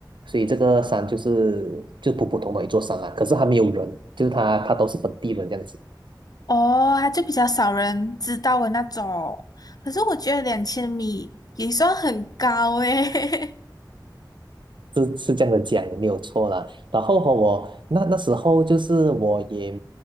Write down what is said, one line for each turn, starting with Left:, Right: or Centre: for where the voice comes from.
Right: 所以这个山就是就普普通通的一座山啦。可是还没有人，就是它它都是本地人这样子。
Left: 哦，它就比较少人知道的那种。可是我觉得两千米也算很高诶。
Right: 是是这样的讲，没有错啦。然后和我那那时候就是我也